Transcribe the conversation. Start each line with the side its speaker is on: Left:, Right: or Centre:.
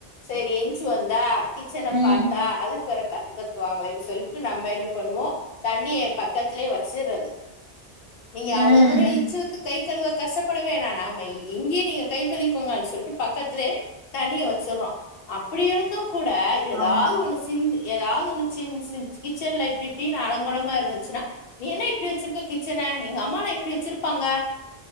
Left: சரி எஞ்ச்சு வந்தா கிச்சன
Right: ம்
Left: பார்த்தா அதுக்கு வேற கத்து கத்துவாங்களேன்னு சொல்லிட்டு நம்ம என்ன பண்ணுவோ தண்ணிய பக்கத்திலயே வச்சறது நீங்க அவ்ளோ
Right: ம்
Left: தூரோ இஞ்ச் வந்து கை கழுவ கஷ்டப்பட வேணா நாம இங்கயே நீங்க கை கழிக்கோங்கனு சொல்ட்டு பக்கத்துலே தண்ணிய வச்சறோ அப்படி இருந்து கூட ஏதாவது
Right: ஆமா
Left: ஒண்ணு சிந்தி ஏதாவதுச்சு சி சி கிச்சன்ல இப்டி இப்டின்னு அலங்கோலமா இருந்துச்சுன்னா நீ என்ன இப்டி வச்சிருக்க கிச்சன எங்க அம்மாலா எப்டி வச்சிருப்பாங்க